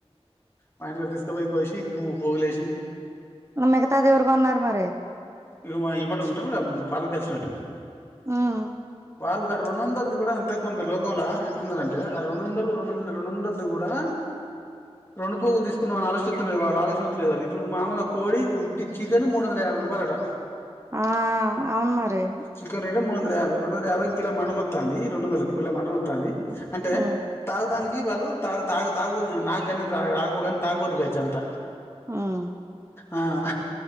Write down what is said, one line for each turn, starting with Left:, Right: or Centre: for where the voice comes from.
Left: మా ఇంటికాడికి తీసుకపోయి కోసి పోగులేసి
Right: మిగతాది ఎవరు కొన్నారు మరి
Left: ఇక మా ఎమ్మటి ఉంటరుగా పాలుకలిసినోళ్ళు
Right: ఉమ్
Left: వాళ్ళు గా రెండు వందలది కూడా అంతే కొంత లోకంలో ఎట్టున్నరంటే ఆ రెండొందలు రెండొందలు రెండొందల్దీ కూడా రెండు పోగులు తీసుకుందాం అని ఆలోచన ఒత్తలేదు వాళ్ళు ఆలోచన ఒత్తలేదు వాళ్ళకి ఇప్పుడు మామూలు కోడి ఉట్టి చికెన్ మూడువందల యాబై రూపాయలట
Right: ఆ అవును మరి
Left: చికెన్ రేటు మూడు వందల యాభై రెండు వందల యాభై కిలో మటన్ వత్తాంది రెండు వందలకి కిలో మటన్ ఒత్తాంది అంటే
Right: ఉమ్
Left: దానికి వాళ్ళు త తా తాగపోతు నాకుగానీ నేను తాగను కాని తాగబోతు బ్యాచ్ అంత
Right: ఉమ్
Left: ఆహ్